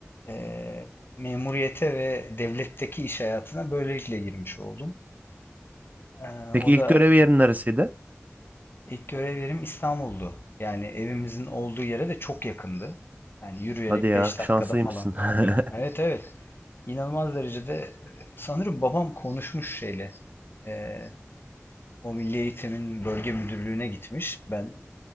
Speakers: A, on the left (about 50°); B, on the right (about 35°).
A: e, memuriyete ve devletteki iş hayatına böylelikle girmiş oldum. E,
B: Peki
A: o
B: ilk
A: da
B: görev yerin neresiydi?
A: ilk görev yerim İstanbul'du. Yani evimizin olduğu yere de çok yakındı. Yani yürüyerek
B: Hadi ya
A: 5 dakikada
B: şanslıymışsın.
A: falan
B: <laughs>
A: gidiyordum. Evet evet. İnanılmaz derecede e, sanırım babam konuşmuş şeyle. e, O Milli Eğitim'in bölge müdürlüğüne gitmiş. Ben